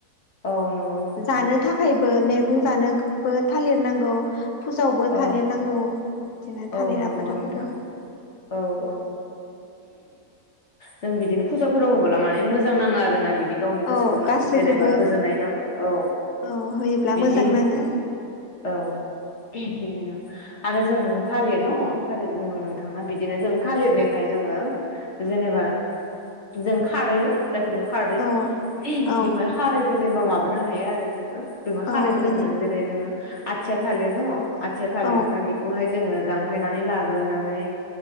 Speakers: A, on the left (about 55°); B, on the left (about 75°).
A: औ नंगौ नोंथां
B: जानो थाखायबो गं जानोगबो थालिर नांगौ फुजायावबो
A: औ
B: थालिर नांगौ बिदिनो
A: औ
B: थालिर
A: नंगौ
B: आबादाखौबो
A: नोंथां औ औ जों बिदिनो फुजाफोराव होबोला माने मोजां नाङो आरोना बिदि दि गावनि गोसोखौनो
B: औ गासैखौबो
A: जेनेबा गोजोननाय नाङो औ
B: औ होयोब्ला
A: बिदि
B: मोजां नाङो
A: औ बिदिनो आरो जों थालिर न' थालिर बुंदों नोंथाङा बिदिनो जों थालिरनिफ्राय जोङो जेनेबा जों खारै न' जायखौ बुं खारदै
B: औ औ
A: बेवहाय खारैबो जेनेबा माबानो हायो आरो जोङो बेवहाय
B: औ
A: खारैबो
B: बिनि
A: मोनो जेरै जोङो आथिया थालिर न' आथिया थालिर
B: औ
A: ओमफ्राय बेखौहाय जोङो दान फायनानै लाग्रोनानै